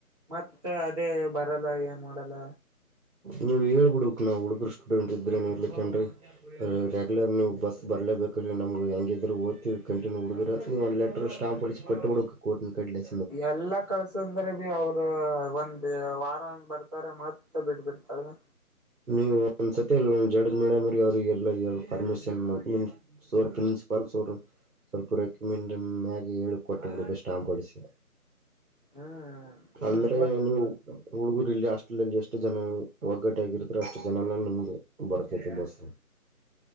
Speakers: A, on the right; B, on the right.
A: ಮತ್ತ ಅದೇ ಬರಲ್ಲ ಏನ್ ಮಾಡಲ್ಲ
B: ನೀವು ಹೇಳಿಬಿಡಬೇಕು ನಾವು ಹುಡುಗರು ಸ್ಟೂಡೆಂಟ್ ಇದಿವಿ ನೀವು ಇರಲು ಕೆನ್ರಿ ರೆ್ಯುಲರ್ ನೀವು ಬಸ್ ಬರ್ಲೇಬೇಕು್ರೀ ನಮ್ಗೆ ಹೆಂಗಿದ್ರು ಓದ್ೀವಿ ಕಂಟನ್ೂ ಹುಡುಗ್ರ ಅಂತ ನೀವು ಒಂದು ಲೆಟಟ್ರ್ ಸ್ಟಾಂಪ್ ಹೊಡಿಸಿ ಕೊಟ್ಟಿಬಿದ್ಬೇಕು ಕೋಟ್ ಕಡೆಯಿಂದ
A: ಎಲ್ಲಾ ಕಳ್ಸ ಅಂದ್ರೆ ಬಿ ಅವ್ರ ಒಂದ ವಾರ ಹಂಗ್ ಬರ್ತಾರೆ ಮತ್ತ ಬಿಟ್ ಬಿಡ್ತಾರೆ
B: ನೀವ ಒಂದ್ಸ ಇಲ್ಲ ಜಡ್ಜ್ ಮಾಡ್ಯ ಮ್ರ ಅವ್ರಿಗೆ ಎಲ್ಲ ಪರ್ಮಿಷನ್ ಸೋರ್ ಪ್ರಿನ್ಸಿಪಾಲ್ ಸೋರು ಸ್ವಲ್ಪ ರೆಕಮೆಂಡ್ ಮ್ಯಾಗೆ ಏಳು ಕೊಟ್ಟುಪೆ ಸ್ಟಾಂಪ್ ಹೊಡಿಸಿ
A: ಹ್ಮ್
B: ಅಂದ್ರೆ ನೀವು ಹುಡುಗೂರು ಇಲ್ಲಿ ಹಾಸ್ಟೆಲ್ಲ್ಲಿ ಎಷ್ಟು ಜನ ಒಗ್ಗಟ್ಟ ಆಗಿರ್ತಾರೆ ಅಷ್ಟು ಜನನ ನಮಗೆ ಬರ್ತೈತಿ ಬಸ್